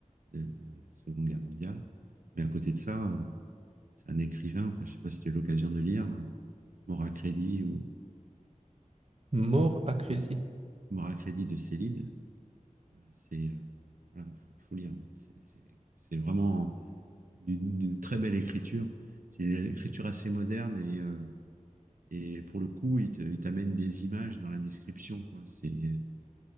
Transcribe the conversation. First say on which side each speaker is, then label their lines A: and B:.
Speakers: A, on the right; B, on the right.
A: de la Seconde Guerre mondiale. Mais à côté de ça, euh, c'est un écrivain. Enfin, je sais pas si tu as eu l'occasion de lire euh, Mort à crédit ou
B: Mort à crédit.
A: de, Mort à crédit de Céline. Euh, C'est euh, voilà, il faut, il faut lire. C'est c'est- c'est vraiment d'une d'une très belle écriture. C'est une écriture assez moderne et euh, Et pour le coup, il te- il t'amène des images dans la description, quoi. C'est, et